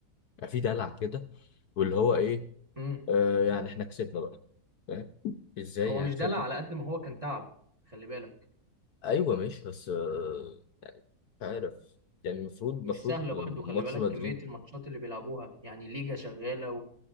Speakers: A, on the left (about 70°); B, on the right (about 20°).
A: يعني في دلع كده واللي هو إيه
B: امم
A: آه... يعني إحنا كسبنا بقى فاهم إزاي
B: هو
A: يعني
B: مش
A: كسبت
B: دلع على قد ما هو كان تعب خلي بالك
A: أيوه ماشي بس آه... مش عارف يعني المفروض المفروض
B: مش سهلة برضه خلي
A: ماتش
B: بالك
A: مدريد
B: كمية الماتشات اللي بيلعبوها يعني ليجا شغالة